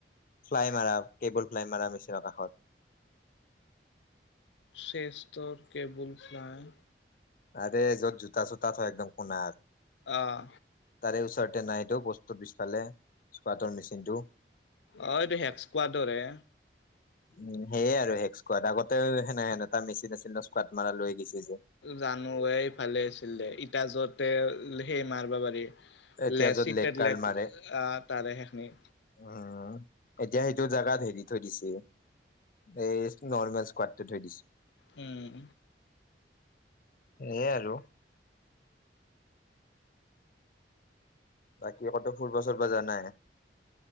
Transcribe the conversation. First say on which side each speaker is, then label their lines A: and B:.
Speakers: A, on the left; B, on the left.
A: ফ্লাই মাৰা কেবল ফ্লাই মাৰা মেছিনৰ কাষত।
B: চেষ্টতৰ কেবুল ফ্লাই।
A: আৰে য'ত জোতা চোতা থয় একদম কোনাত।
B: অহ।
A: তাৰে ওচৰতে নাইটো পষ্ট অফিচ খালে স্কুৱাতৰ মেচিনটো।
B: অহ এইটো হেক্স স্কোৱাতৰ হে।
A: উম সেয়ে আৰু হেক্সস্কোৱাত আগতেও সেনে সেন তাৰ মেচিন আছিল ন স্কোৱাাদ মাৰা লৈ গৈছে যে।
B: জানো এইফালে আছিলে ইটাজতে সেই মাৰিব পাৰি।
A: এতিয়া
B: লেচিতেক
A: য'ত লেগ কাৰ্ড মাৰে
B: আহ তাৰে সেইখিনি।
A: উম এতিয়া সেইটো জোগাত হেৰি থৈ দিছে এই নৰ্মেল স্কোৱাতটো থৈ দিছে।
B: উম।
A: সেয়ে আৰু বাকী কতো ফুৰিব চুৰিব যোৱা নাই?